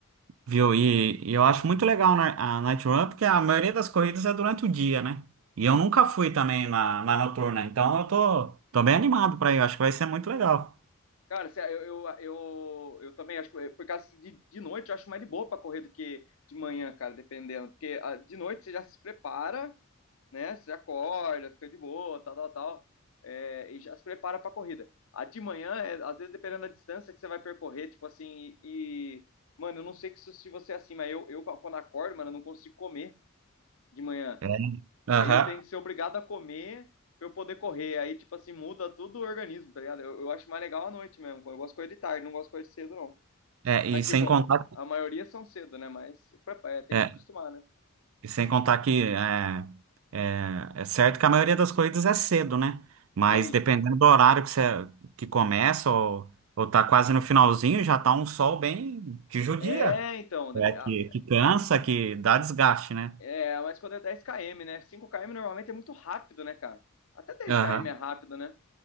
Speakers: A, on the right; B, on the left.
A: Viu? E, e eu acho muito legal na- a Night Run, porque a maioria das corridas é durante o dia, né? E eu nunca fui também na, na noturna, então eu tô, tô bem animado pra ir, eu acho que vai ser muito legal.
B: Cara, se- eu, eu, eu, eu também acho que, por causa de, de noite, eu acho mais de boa pra correr do que de manhã, cara, dependendo. Porque ah, de noite você já se prepara, né? Você acorda, fica de boa, tal, tal, tal, é, e já se prepara para a corrida. A de manhã, é, às vezes, dependendo da distância que você vai percorrer, tipo assim, e, e- mano, eu não sei que se se você é assim, mas eu, eu quando acordo, mano, eu não consigo comer de manhã.
A: É. Aham.
B: Aí eu tenho que ser obrigado a comer pra eu poder correr. Aí, tipo assim, muda todo o organismo, tá ligado? Eu, eu acho mais legal à noite mesmo. Eu gosto de correr de tarde, não gosto de correr de cedo, não.
A: É,
B: Mas,
A: e sem
B: tipo,
A: contar,
B: a maioria são cedo, né? Mas prepa- é, tem
A: é,
B: que acostumar, né?
A: e sem contar que é, é, é certo que a maioria das corridas é cedo, né? Mas
B: Sim.
A: dependendo do horário que, você, que começa ou, ou tá quase no finalzinho, já tá um sol bem que judia.
B: É, então, depe-
A: É,
B: a-
A: que, que cansa, que dá desgaste, né?
B: É, mas quando é 10 km, né? 5 km normalmente é muito rápido, né, cara? Até 10
A: Aham.
B: km é rápido, né?